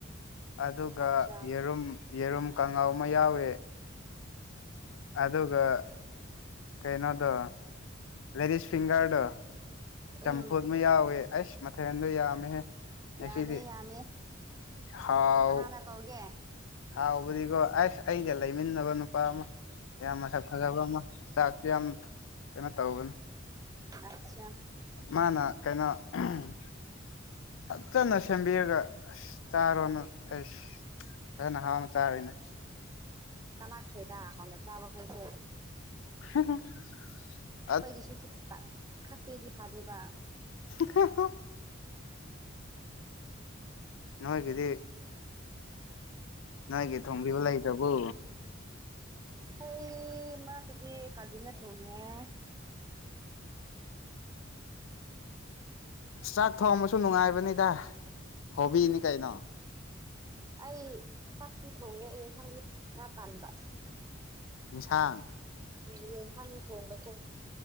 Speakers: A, on the left; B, on the right.
A: ꯑꯗꯨꯒ
B: ꯑꯠꯆꯥ
A: ꯌꯦꯔꯨꯝ ꯌꯦꯔꯨꯝ ꯀꯥꯡꯉꯧ ꯑꯃ ꯌꯥꯎꯋꯦ꯫ ꯑꯗꯨꯒ ꯀꯩꯩꯅꯣꯗꯣ ꯂꯦꯗꯤꯁ ꯐꯤꯒꯔꯗꯣ꯫
B: ꯎꯝ
A: ꯆꯝꯐꯨꯠ ꯑꯃ ꯌꯥꯎꯋꯦ ꯑꯩꯁ ꯃꯊꯦꯟꯗꯣ ꯌꯥꯝꯃꯦꯍꯦ꯫ ꯉꯁꯤꯗꯤ
B: ꯌꯥꯝꯃꯦ ꯌꯥꯝꯃꯦ
A: ꯁꯍꯥꯎ
B: ꯀꯅꯥꯅ ꯇꯧꯒꯦ
A: ꯍꯥꯎꯕꯗꯤꯒꯣ ꯑꯥꯏꯁ ꯑꯩꯒ ꯂꯩ ꯃꯤꯟꯅꯕ ꯅꯨꯄꯥ ꯑꯃ ꯌꯥꯝ ꯃꯁꯛ ꯐꯖꯕ ꯑꯃ ꯆꯥꯛꯁꯨ ꯌꯥꯝ ꯀꯩꯅꯣ ꯇꯧꯕꯅꯤ ꯫
B: ꯑꯠꯆꯥ꯫
A: ꯃꯥꯅ ꯀꯩꯅꯣ <unintelligible> ꯐꯠꯖꯟꯅ ꯁꯦꯝꯕꯤꯔꯒ ꯑꯁ ꯆꯥꯔꯣꯅ ꯑꯩꯁ ꯐꯖꯅ ꯍꯥꯎꯅ ꯆꯥꯔꯦꯅꯦ
B: ꯀꯂꯛꯈ꯭ꯔꯦꯗ ꯍꯥꯎꯅ ꯆꯥꯕꯈꯣꯏꯁꯦ
A: <unintelligible>
B: ꯑꯩꯈꯣꯏꯒꯤꯁꯨ ꯈꯤꯇꯪ ꯈꯛꯄꯤꯔꯗꯤ ꯐꯥꯗꯣꯏꯕ
A: <unintelligible> ꯅꯣꯏꯒꯤꯗꯤ ꯅꯣꯏꯒꯤ ꯊꯣꯡꯕꯤꯕ ꯂꯩꯇ꯭ꯔꯕꯣ
B: ꯊꯣꯡ ꯃꯔꯛꯇꯗꯤ ꯀꯥꯖꯤꯟꯗ ꯊꯣꯡꯉꯦ
A: ꯆꯥꯛ ꯊꯣꯡꯕꯁꯨ ꯅꯨꯡꯉꯥꯏꯕꯅꯤꯗ ꯍꯣꯕꯤꯅꯤ ꯀꯩꯅꯣ
B: ꯑꯩ ꯆꯥꯛꯇꯤ ꯊꯣꯡꯉꯦ ꯑꯩ ꯏꯟꯁꯥꯡꯗꯤ ꯈꯔ ꯇꯟꯕ
A: ꯏꯟꯁꯥꯡ
B: <unintelligible> ꯌꯦꯟꯁꯥꯡ ꯊꯣꯡꯕꯁꯦ